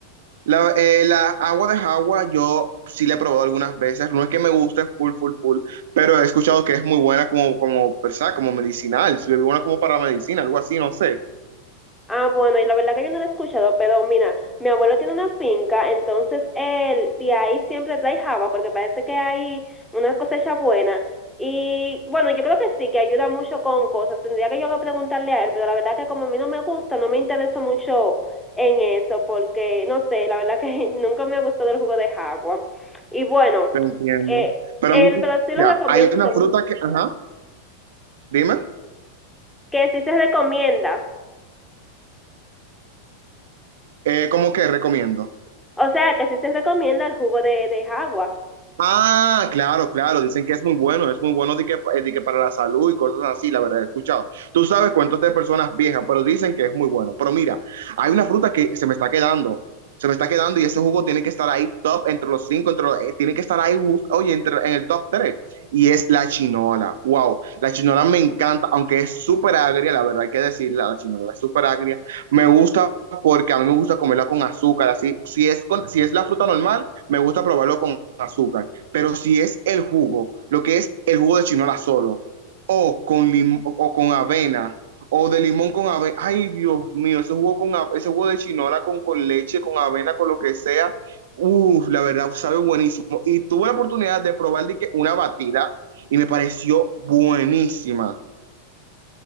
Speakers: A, on the right; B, in the centre.
A: La, eh, la agua de Jagua yo sí la he probado algunas veces, no es que me guste full, full, full, pero he escuchado que es muy buena como, como, ¿verdad? como medicinal, se bebe una como para la medicina, algo así, no sé,
B: Ah, bueno, y la verdad que yo no lo he escuchado, pero mira, mi abuelo tiene una finca, entonces él de ahí siempre trae java, porque parece que hay una cosecha buena. Y bueno, yo creo que sí, que ayuda mucho con cosas. Tendría que yo que preguntarle a él, pero la verdad que como a mí no me gusta, no me interesa mucho en eso, porque no sé, la verdad que <laughs> nunca me ha gustado el jugo de jagua. Y bueno,
A: te entiendo.
B: eh,
A: Pero
B: él, pero sí lo
A: mira,
B: recomiendo
A: hay una
B: según
A: fruta que, ajá, dime,
B: que sí se recomienda.
A: eh, ¿cómo que recomiendo?
B: O sea, que sí se recomienda el jugo de, de jagua.
A: Ah, claro, claro, dicen que es muy bueno, es muy bueno de que, de que para la salud y cosas así, la verdad, he escuchado. Tú sabes cuentos de personas viejas, pero dicen que es muy bueno. Pero mira, hay una fruta que se me está quedando, se me está quedando y ese jugo tiene que estar ahí top entre los cinco, entre los- eh, tiene que estar ahí, jus- oye, entre, en el top tres. Y es la chinola, wow, la chinola me encanta, aunque es súper agria, la verdad hay que decirla, la chinola es súper agria. Me gusta porque a mí me gusta comerla con azúcar, así, si es, con, si es la fruta normal, me gusta probarlo con azúcar pero si es el jugo, lo que es el jugo de chinola solo, o con, lim o con avena, o de limón con avena, ay Dios mío, ese jugo, con ese jugo de chinola con, con leche, con avena, con lo que sea, uff, la verdad sabe buenísimo. Y tuve la oportunidad de probar de que una batida y me pareció buenísima.